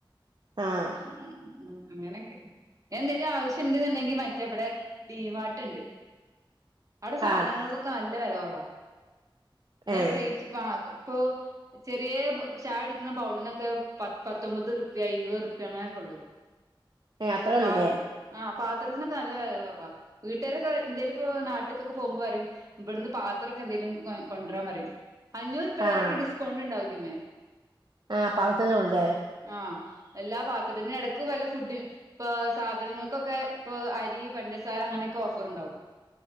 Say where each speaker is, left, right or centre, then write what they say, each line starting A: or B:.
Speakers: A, on the right (about 55°); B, on the right (about 40°).
A: ആഹ്
B: ഉ അങ്ങനൊക്കെ എന്തേലും ആവശ്യമുണ്ട്ന്നുണ്ടെങ്കിൽ മറ്റേവിടെ ജീമാട്ടുണ്ട് അവിടെ സാധനങ്ങൾക്കൊക്കെ
A: ആഹ്
B: നല്ല വില കുറവാ ഇന്നലെ
A: ഏഹ്
B: പ്ലേറ്റ് പാ ഇപ്പൊ ചെറിയ ചായ കുടിക്കുന്ന ബൗളിനൊക്കെ പ പത്തൊമ്പത് റുപ്യ ഇരുപത് റുപ്യ അങ്ങനെക്കെ ഉള്ളു
A: ഏഹ് അത്രേ
B: പ
A: ഉള്ളൂല്ലേ
B: ആഹ് പാത്രത്തിനൊക്കെ നല്ല വേല കുറവാ വീട്ടുകാരൊക്കെ എന്തേലും ഇപ്പോ നാട്ടിക്കൊക്കെ പോകുമ്പോ പറയും ഇവിടുന്ന് പാത്രക്കെ എന്തെലും കൊ കൊണ്ടുവരാൻ പറയും അഞ്ഞൂറുപ്യ
A: ആഹ്
B: വരൊക്കെ ഡിസ്കൗണ്ട് ഉണ്ടാവും ഇതിമ്മേ
A: ആഹ് പറത്തനല്ലേ
B: ആഹ് എല്ലാ പാത്രത്തിൻമേ എടക്ക് വല്ല ഫുഡ് ഇപ്പ സാധനങ്ങൾക്കൊക്കെ ഇപ്പൊ അരി പഞ്ച സാര അങ്ങനക്കെ ഓഫർ ഉണ്ടാവും